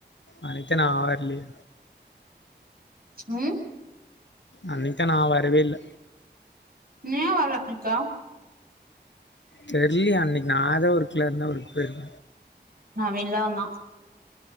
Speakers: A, on the left; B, on the right.
A: அன்னிக்தா நா வர்லியே
B: ம்
A: அன்னிக்தா நா வரவே இல்ல
B: ஏ வர்ல அன்னைக்கு
A: தெர்லியே அன்னைக்கு நா எதோ ஒர்க்ல இருந்த அவுருக்வே இல்ல
B: நவீன்லா இருந்தா